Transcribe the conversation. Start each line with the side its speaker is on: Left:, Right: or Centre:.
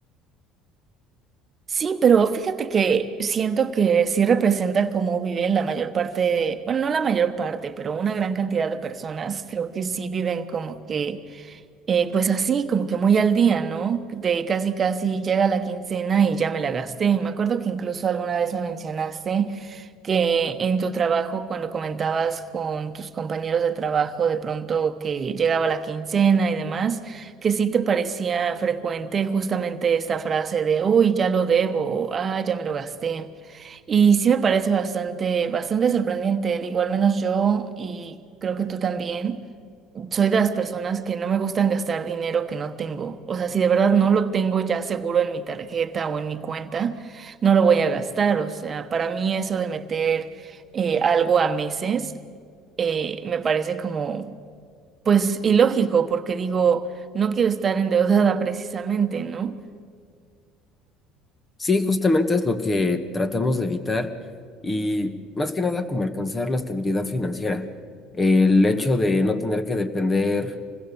Right: Sí, pero fíjate que siento que sí representa cómo viven la mayor parte, de- bueno, no la mayor parte, pero una gran cantidad de personas, creo que sí viven como que, eh, pues así, como que muy al día, ¿no? De casi casi llega la quincena y ya me la gasté. Me acuerdo que incluso alguna vez me mencionaste que en tu trabajo, cuando comentabas con tus compañeros de trabajo, de pronto que llegaba la quincena y demás, que sí te parecía frecuente justamente esta frase de, uy, ya lo debo, o, ah, ya me lo gasté. Y sí me parece bastante, bastante sorprendente, digo, al menos yo y creo que tú también soy de las personas que no me gustan gastar dinero que no tengo. O sea, si de verdad no lo tengo ya seguro en mi tarjeta o en mi cuenta, no lo voy a gastar. O sea, para mí eso de meter eh, algo a meses eh, me parece como, pues, ilógico, porque digo, no quiero estar endeudada <laughs> precisamente, ¿no?
Left: Sí, justamente es lo que tratamos de evitar y más que nada como alcanzar la estabilidad financiera. El hecho de no tener que depender